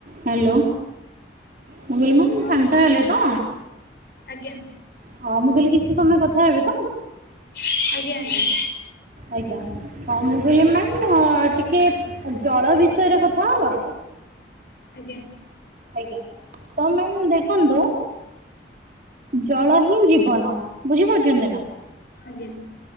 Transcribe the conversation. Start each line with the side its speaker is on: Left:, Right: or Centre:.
Right: Hello ମୁଗଲ ma'am
Left: ହଁ
Right: ସାଙ୍ଗତା
Left: ମ୍ୟାଡ଼ାମ
Right: ହେଲେ ତ
Left: ଆଜ୍ଞା
Right: ହଁ ମୁଁ କହିଲି କିଛି ସମୟ କଥା ହେବେ ତ
Left: ଆଜ୍ଞା ଆଜ୍ଞା
Right: ଆଜ୍ଞା ହଁ ମୁଁ କହିଲି ମ ଟିକେ ଜଳ ବିଷୟରେ କଥା ହବ
Left: ଆଜ୍ଞା
Right: ଆଜ୍ଞା ତ ମ ଦେଖନ୍ତୁ ଜଳ ହିଁ ଜୀବନ ବୁଝିପାରୁଛନ୍ତି ନା
Left: ଆ୍ଞ